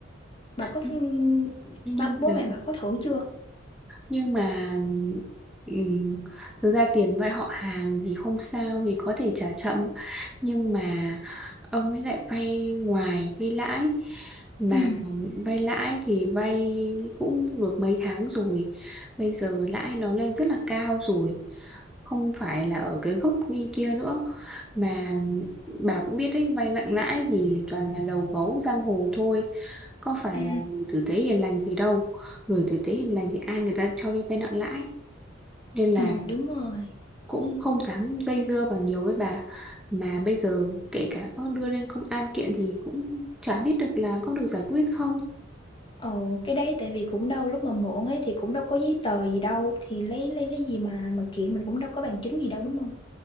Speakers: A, on the left (about 25°); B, in the centre.
A: bà có
B: nhưng
A: ừm,
B: nhưng
A: bố
B: mà
A: mẹ bà có thử chưa
B: nhưng mà ừm, thực ra tiền vay họ hàng thì không sao thì có thể trả chậm nhưng mà ông ấy lại vay ngoài vay lãi mà
A: ừ
B: vay lãi thì vay cũng được mấy tháng rồi bây giờ lãi nó lên rất là cao rồi không phải là ở cái gốc như kia nữa mà bà cũng biết đấy vay nặng lãi thì toàn là đầu gấu giang hồ thôi có phải
A: ừ
B: là người tử tế hiền lành gì đâu gửi tử tế hiền lành thì ai người ta cho đi vay nặng lãi nên là
A: ừ đúng rồi
B: cũng không dám dây dưa vào nhiều với bà mà bây giờ kể cả có đưa lên công an kiện thì cũng chả biết được là có được giải quyết không
A: Ồ, cái đấy tại vì cũng đâu lúc mà mượn ấy thì cũng đâu có giấy tờ gì đâu thì lấy lấy lấy gì mà mà kiện mình cũng đâu có bằng chứng gì đâu đúng không?